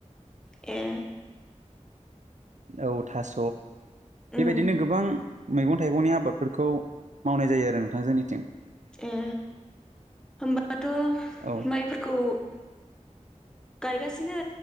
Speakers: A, in the centre; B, on the right.
A: ए
B: औ थास' बेबायदिनो
A: उम
B: गोबां मैगं थाइगंनि आबादफोरखौ मावनाय जायो आरो नोंथां जोंनिथिं
A: ए होमबाथ'
B: औ
A: माइफोरखौ गायगासिनो